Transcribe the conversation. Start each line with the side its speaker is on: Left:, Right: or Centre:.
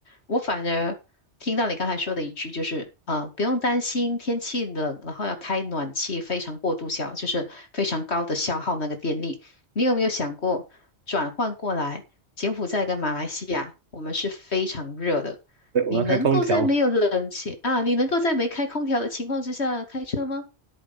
Left: 我反而听到你刚才说的一句，就是呃，不用担心天气冷，然后要开暖气，非常过度消，就是非常高的消耗那个电力。你有没有想过转换过来？柬埔寨跟马来西亚，我们是非常热的，
Right: 对，我们要开空调。
Left: 你能够在没有冷气啊，你能够在没开空调的情况之下开车吗？